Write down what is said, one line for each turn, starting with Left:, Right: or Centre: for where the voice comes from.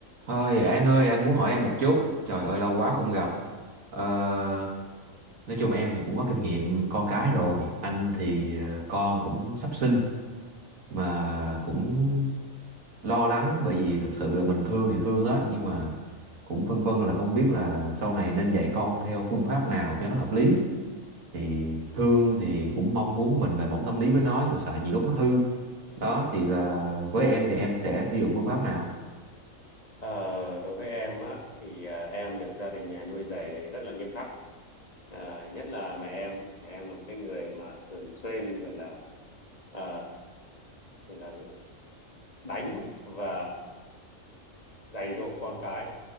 Right: Thôi An ơi, anh muốn hỏi em một chút. Trời ơi, lâu quá không gặp. Ờ, nói chung em thì cũng có kinh nghiệm con cái rồi. Anh thì ờ, con cũng sắp sinh mà cũng lo lắng bởi vì thật sự là mình thương thì thương đó nhưng mà cũng phân vân là không biết là sau này nên dạy con theo phương pháp nào cho nó hợp lý. Thì thương thì cũng mong muốn mình mềm mỏng tâm lý với nó nhưng mà sợ nhiều lúc nó hư. Đó thì là với em thì em sẽ sử dụng phương pháp nào?
Left: Ờ, đối với em á thì à, em được gia đình nhà nuôi dạy rất là nghiêm khắc À, nhất là mẹ em mẹ em là một cái người mà thường xuyên gọi là à, gọi là đánh và dạy dỗ con cái